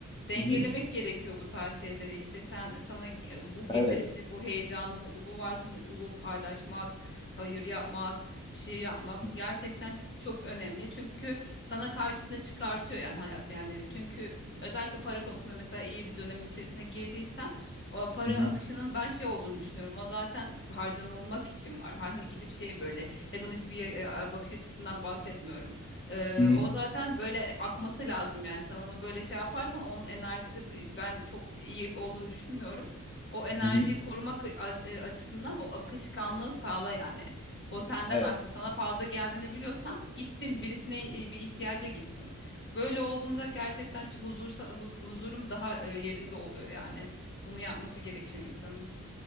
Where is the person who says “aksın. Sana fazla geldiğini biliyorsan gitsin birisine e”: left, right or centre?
Left